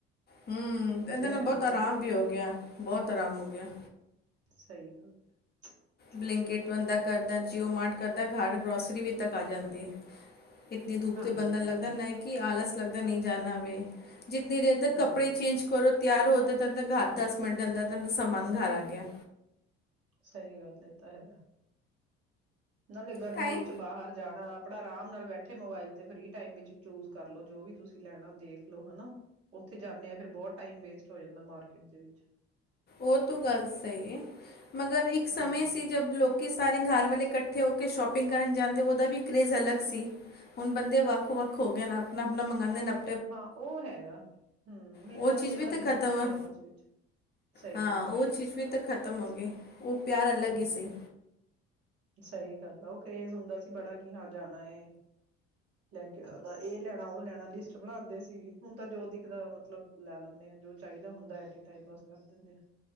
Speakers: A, on the left; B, on the right.
A: ਹੂੰ, ਇਹਦੇ
B: ਵਧੀਆ
A: ਨਾਲ
B: ਰਹਿੰਦਾ
A: ਬਹੁਤ ਆਰਾਮ
B: ਫਿਰ
A: ਵੀ ਹੋ ਗਿਆ, ਬਹੁਤ ਆਰਾਮ ਹੋ ਗਿਆ।
B: ਸਹੀ ਗੱਲ ਹੈ
A: ਬਲਿੰਕੇਟ ਬੰਦਾ ਕਰਦਾ, ਜੀਓ ਮਾਰਟ ਕਰਦਾ, ਘਰ ਗਰੋਸਰੀ ਵੀ ਤੱਕ ਆ ਜਾਂਦੀ ਏ। ਇਤੇ ਧੂਪ
B: ਹਾਂਜੀ
A: ਤੇ ਬੰਦਾ,
B: ਇਹ
A: ਲਗਦਾ
B: ਤਾਂ ਹੈ
A: ਨਾ ਕਿ ਆਲਸ ਲੱਗਦਾ ਨਹੀਂ ਜਾਣਾ ਵੇ ਜਿੱਤੀ ਦੇਰ ਤੱਕ
B: ਹਮ
A: ਕੱਪੜੇ ਚੇਂਜ ਕਰੋ ਤਿਆਰ ਹੋ, ਤਾਂ ਤਦ ਤਕ ਹਰ ਦਸ ਮਿੰਟ ਦੇ ਅੰਦਰ ਅੰਦਰ ਸਮਾਨ ਘਰ ਆ ਗਿਆ।
B: ਸਹੀ ਗੱਲ ਹੈ, ਏ ਤਾਂ ਹੈ। ਨਾਲੇ ਗਰਮੀ
A: ਟਾਈਮ
B: ਵਿੱਚ ਬਾਹਰ ਜਾਣਾ, ਅਪਣਾ ਆਰਾਮ ਨਾਲ ਏਥੇ ਮੋਬਾਈਲ ਚ ਫ੍ਰੀ ਟਾਇਮ ਵਿੱਚ ਚੂਜ ਕਰਲੋ ਜੋ ਵੀ ਤੁਸੀਂ ਲੈਣਾ ਦੇਖਲੋ ਹੈਨਾ, ਉੱਥੇ ਜਾਂਨੇ ਆ ਫਿਰ ਬਹੁਤ ਟਾਈਮ ਵੇਸਟ ਹੋ ਜਾਂਦਾ ਮਾਰਕੀਟ ਦੇ ਵਿੱਚ
A: ਔ ਤੋ ਗੱਲ ਸਹੀ ਹੈ, ਮਗਰ ਇੱਕ ਸਮੇਂ
B: ਹਮ
A: ਸੀ ਜਬ ਲੋਕੀ ਸਾਰੇ ਘਰ ਪਹਲੇ ਇਕੱਠੇ ਹੋ ਕੇ ਸ਼ੋਪਿੰਗ ਕਰਨ ਜਾਂਦੇ, ਉਹਦਾ ਵੀ ਕਰੇਜ਼ ਅਲੱਗ ਸੀ। ਹੁਣ ਬੰਦੇ ਵੱਖੋ ਵੱਖ ਹੋ ਗਏ ਆਪਣਾ ਆਪਣਾ ਮੰਗਉਂਦੇ ਨੇ ਅਪਣਾ
B: ਹਾਂ ਔਹ ਹੈਗਾ, ਹੂੰ ਮਿਲਣਾ
A: ਉਹ ਚੀਜ਼
B: ਜੁਲਣਾ
A: ਵੀ ਤਾਂ
B: ਨਹੀ
A: ਖ਼ਤਮ
B: ਹੋ ਪਾਉਂਦਾ
A: ਹੈ
B: ਆਪਸ ਵਿੱਚ ਸਹੀ
A: ਹਾਂ
B: ਗੱਲ
A: ਉਹ
B: ਹੈ
A: ਚੀਜ਼ ਵੀ ਤਾਂ ਖ਼ਤਮ ਹੋ ਗਈ। ਔ ਪਿਆਰ ਅਲੱਗ
B: ਹਮ
A: ਹੀ ਸੀ।
B: ਸਹੀ ਗੱਲ ਆ, ਔ ਕਰੇਜ ਹੁੰਦਾ ਸੀ ਬੜਾ ਕੀ ਹਾਂ ਜਾਣਾ ਏ। ਲੈ ਕੇ ਔਦਾ, ਇਹ ਲਿਆਣਾ, ਉਹ ਲਿਆਣਾ ਲਿਸਟ ਬਣਾਉਂਦੇ ਸੀ, ਹੁਣ ਤਾਂ ਜੋ ਦਿਖਦਾ ਮਤਲਬ ਲੈ ਲੈਂਣੇ ਆ, ਜੋ ਚਾਹੀਦਾ ਹੁੰਦਾ, ਐਟ ਅ ਟਾਇਮ ਬਸ ਕਰ ਦਿੰਦੇ ਆ।